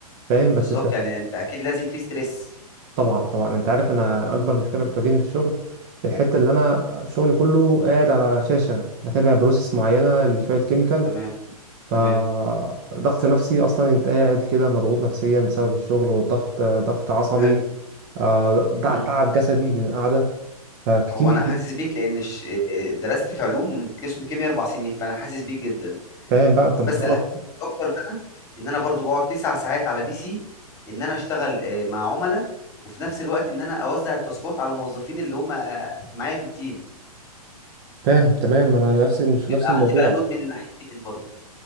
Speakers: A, on the left (about 15°); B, on the right (about 30°).
A: بالظبط
B: فاهم بس انت
A: يعني انت اكيد لازم في ستريس
B: طبعا طبعا انت عارف انا اكبر مشكله بتواجهني في الشغل الحته اللي انا شغلي كله قاعد على شاشه بتابع بروسيس معينه لشويه كيميكال
A: تمام
B: فضغط
A: تمام
B: نفسي اصلا انت قاعد كده مضغوط نفسيا بسبب الشغل والضغط آه، ضغط عصبي
A: حلو
B: آه ده
A: مم.
B: تعب جسدي من القعدة فكتير
A: هو انا حاسس بيك لان ش- درست في علوم قسم كيمياء اربع سنين فانا حاسس بيك جدا
B: فاهم بقى انت متخيل
A: بس اللي
B: أصلاً؟
A: حبيته اكتر بقى ان انا برضو بقعد تسع ساعات على بي سي ان انا اشتغل آه، مع عملاء وفي نفس الوقت ان انا اوزع التاسكات على موظفين اللي هم آه، معايا في التيم
B: فاهم تمام انا نفس مش
A: بيبقى
B: نفس الموضوع
A: عندي بقى لود من الناحيتين برضو